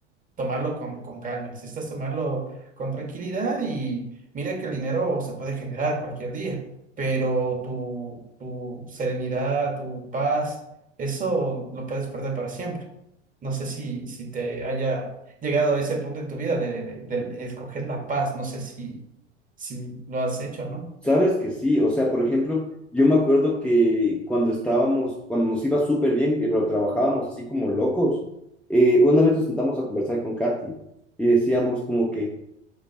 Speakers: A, on the right; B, in the centre.
A: tomarlo con, con calma, necesitas tomarlo con tranquilidad y mira que el dinero se puede generar cualquier día, pero tu, tu serenidad, tu paz, eso lo puedes perder para siempre. No sé si, si te haya llegado a ese punto en tu vida de, de- de escoger la paz, no sé si, si lo has hecho, ¿no?
B: Sabes que sí, o sea, por ejemplo, yo me acuerdo que cuando estábamos, cuando nos iba súper bien, eh, pero trabajábamos así como locos, eh, una vez nos sentamos a conversar con Katy y decíamos como que,